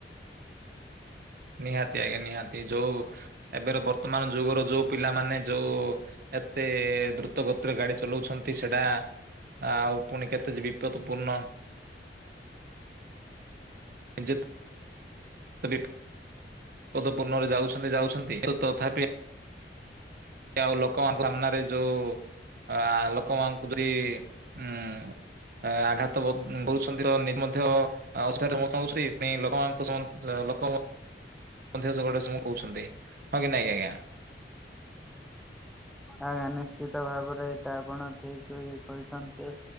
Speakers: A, on the right (about 55°); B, in the centre.
A: ନିହାତି ଆଜ୍ଞା ନିହାତି ଯୋଉ ଏବେର ବର୍ତ୍ତମାନ ଯୁଗର ଯୋଉ ପିଲାମାନେ ଯୋଉ ଏତେ ଦ୍ରୁତ ଗତିରେ ଗାଡି ଚଲାଉଛନ୍ତି ସେଟା ଆଉ ପୁଣି କେତେ ବିପଦ ପୂର୍ଣ୍ଣ <unintelligible> ପଦ ପୂର୍ଣ୍ଣରେ ଯାଉଛନ୍ତି ଯାଉଛନ୍ତି ତଥାପି ଆଉ ଲୋକମାନଙ୍କ ସାମ୍ନାରେ ଯୋଉ ଅ ଲୋକମାନଙ୍କୁ ଯି ଉ ଆଘାତ କରୁଛନ୍ତି ତ ନିଜେ ମଧ୍ୟ ଆଉସ୍ରେ ମୁଁ ଶୁି ଲୋକଙ୍କ ଲୋକ <inaudible> ଟେ କହୁଛନ୍ତି ହଁ କି ନାଇଁ ଆଜ୍ଞା
B: ଆଜ୍ଞା ନିଶ୍ଚିତ ଭାବରେ ଏଇଟା ଆପଣ ଠିକ ଭି କହିଛନ୍ତି